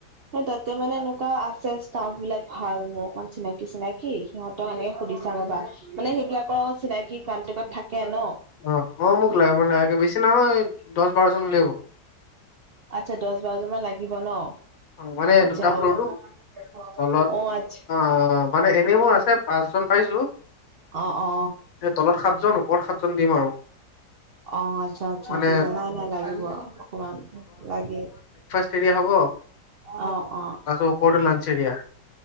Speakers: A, on the right; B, on the left.
A: সেই তাতে মানে এনেকুৱা আছে ষ্টাফ বিলাক ভাল মোৰ অকমান চিনা কি চিনাকি সিহঁতক এনেকে সুধি চাম ৰবা, মানে সেইবিলাকৰ লগত চিনাকি কান্তেকত থাকে ন?
B: অঁ অঁ মোক লাগে মানে বেছি নহয় দছ বাৰজন হ'লে হ'ব।
A: আচ্ছা দছ বাৰজন মান লাগিব ন?
B: অ মানে
A: আচ্ছা
B: দুটা
A: হ'ব,
B: ফ্ল'ৰটো তলত
A: অঁ আচ
B: অ মানে এনেই মোৰ আছে পাঁচজন পাইছোঁ।
A: অ অ
B: তলত সাতজন ওপৰত সাতজন দিম আৰু।
A: অঁ আচ্ছা আচ্ছা
B: মানে
A: ঠিকে নাই নাই লাগিব অকমান লাগে।
B: তেতিয়া হ'ব।
A: অঁ অঁ।
B: তাৰপিছত ওপৰতো লাঞ্চ এৰিয়া